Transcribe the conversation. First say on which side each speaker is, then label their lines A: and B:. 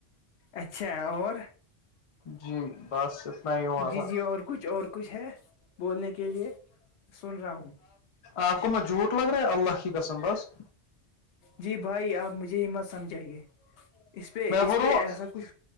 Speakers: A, on the left; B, on the left.
A: اچھا اور
B: جی بس اتنا ہی ہوا
A: جی
B: تھا
A: جی اور کچھ اور کچھ ہے بولنے کے لیے سن رہا ہوں
B: آپ کو میں جھوٹ لگ رہا ہے اللہ کی قسم بس
A: جی بھائی آپ مجھے ہی مت سمجھائیے اس پہ
B: میں
A: اس
B: بول رہا
A: پہ
B: ہوں
A: ایسا کچھ